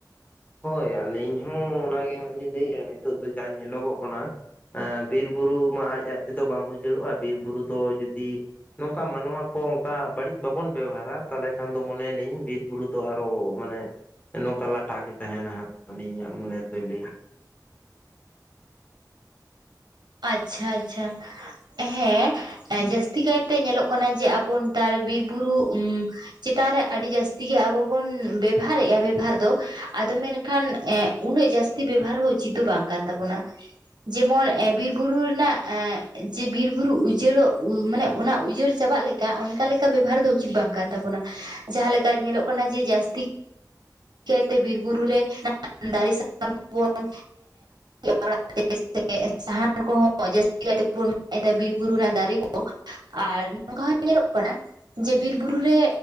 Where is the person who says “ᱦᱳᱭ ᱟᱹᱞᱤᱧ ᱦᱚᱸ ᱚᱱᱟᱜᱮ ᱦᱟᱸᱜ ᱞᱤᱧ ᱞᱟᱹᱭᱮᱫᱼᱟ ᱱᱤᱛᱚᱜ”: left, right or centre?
Left